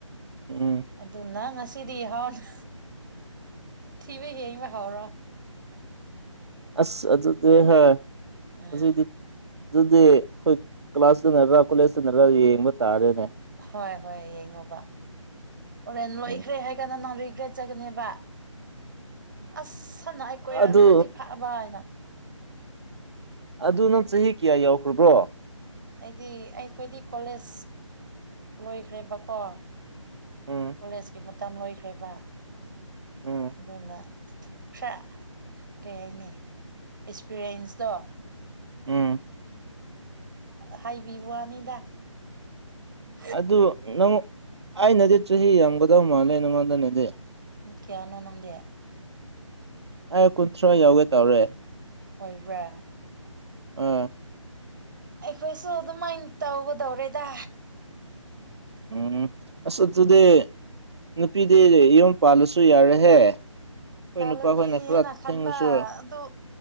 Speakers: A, on the right; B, on the right.
A: ꯎꯝ
B: ꯑꯗꯨꯅ ꯉꯁꯤꯗꯤꯍꯥꯎꯅ ꯊꯤꯕ ꯍꯌꯦꯏꯕ ꯍꯥꯎꯔꯣ
A: ꯑꯁ ꯑꯗꯨꯗꯤ ꯍꯣꯏ
B: ꯎꯝ
A: ꯑꯗꯨꯗꯤ ꯑꯗꯨꯗꯤ ꯑꯩꯈꯣꯏ ꯀ꯭ꯂꯥꯁꯇꯅꯔꯥ ꯀꯣꯂꯦꯖꯇꯅꯔ ꯌꯦꯡꯕ ꯇꯥꯔꯦꯅꯦ
B: ꯍꯣꯏ ꯍꯣꯏ ꯌꯦꯡꯉꯣꯕ ꯍꯣꯔꯦꯟ ꯂꯣꯏꯈ꯭ꯔꯦ
A: ꯎꯝ
B: ꯍꯥꯏ ꯀꯥꯟꯗ ꯅꯪ ꯔꯤꯒ꯭ꯔꯦꯠ ꯆꯠꯒꯅꯦꯕ ꯑꯁ ꯁꯅ ꯑꯩ ꯀꯣꯏꯔꯝꯝꯕ꯭ꯔꯗꯤ
A: ꯑꯗꯨ
B: ꯐꯕ ꯍꯥꯏꯅ
A: ꯑꯗꯨ ꯅꯪ ꯆꯍꯤ ꯀꯌꯥ ꯌꯥꯎꯈ꯭ꯔꯕ꯭ꯔꯣ
B: ꯑꯩꯗꯤ ꯑꯩꯈꯣꯏꯗꯤ ꯀꯣꯂꯦꯖ ꯂꯣꯏꯈ꯭ꯔꯦꯕꯀꯣ
A: ꯎꯝ
B: ꯀꯣꯂꯦꯖꯀꯤ ꯃꯇꯝ ꯂꯣꯏꯈ꯭ꯔꯦꯕ
A: ꯎꯝ
B: ꯑꯗꯨꯅ ꯈꯔ ꯀꯩ ꯍꯥꯏꯅꯤ ꯑꯦꯛꯁꯄꯤꯔꯤꯌꯦꯟꯁꯇꯣ
A: ꯎꯝ
B: ꯍꯥꯏꯕꯤꯕ ꯋꯅꯤꯗ ꯎꯝ
A: ꯑꯗꯨ ꯅꯪ ꯑꯩꯅꯗꯤ ꯆꯍꯤ ꯌꯥꯝꯒꯗꯧ ꯃꯥꯜꯂꯦ ꯅꯪꯉꯣꯟꯗꯅꯗꯤ
B: ꯎ ꯀꯌꯥꯅꯣ ꯅꯪꯗꯦ
A: ꯑꯩ ꯀꯨꯟꯊ꯭ꯔꯥ ꯌꯧꯒꯦ ꯇꯧꯔꯦ
B: ꯑꯣꯏꯕ꯭ꯔꯥ
A: ꯑꯥ
B: ꯑꯩꯈꯣꯏꯁꯨ ꯑꯗꯨꯃꯥꯏꯅ ꯇꯧꯒꯗꯧꯔꯦꯗ
A: ꯎꯝ ꯑꯁ ꯑꯗꯨꯗꯤ ꯅꯨꯄꯤꯗꯤ ꯌꯨꯝ ꯄꯜꯂꯁꯨ ꯌꯥꯔꯦꯍꯦ
B: ꯄꯥꯜꯂꯅꯤ
A: ꯅꯨꯄꯥꯈꯣꯏꯅ ꯈꯔ
B: ꯍꯥꯢꯅ ꯈꯟꯕ
A: ꯊꯦꯡꯂꯁꯨ
B: ꯑꯗꯨ